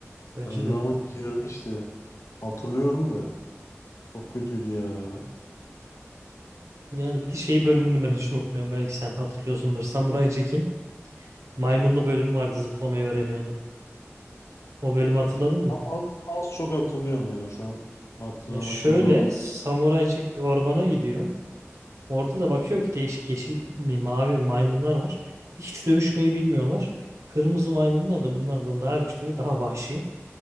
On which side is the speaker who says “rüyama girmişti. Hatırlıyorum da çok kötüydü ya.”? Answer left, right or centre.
Left